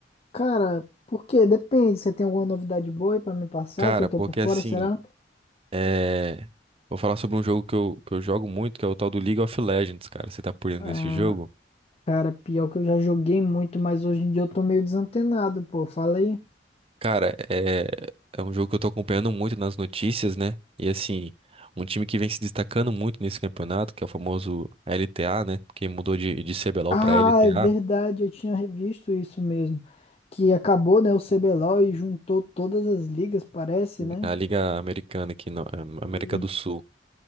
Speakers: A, on the left; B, on the right.
A: Cara, por quê? Depende, você tem alguma novidade boa aí pra me passar,
B: Cara,
A: que eu tô
B: porque
A: por fora,
B: assim,
A: será?
B: é... Vou falar sobre um jogo que eu, que eu jogo muito, que é o tal do League of Legends, cara. Você tá por dentro
A: Ah,
B: desse jogo?
A: cara, pior que eu já joguei muito, mas hoje em dia eu tô meio desantenado, pô, fala aí.
B: Cara, é... é um jogo que eu tô acompanhando muito nas notícias, né? E assim, um time que vem se destacando muito nesse campeonato, que é o famoso LTA, né? Que mudou de, de CBLOL
A: Ah,
B: pra LTA,
A: é verdade, eu tinha revisto isso mesmo, que acabou, né, o CBLOL e juntou todas as ligas, parece, né?
B: a a Liga Americana aqui na América
A: Isso.
B: do Sul.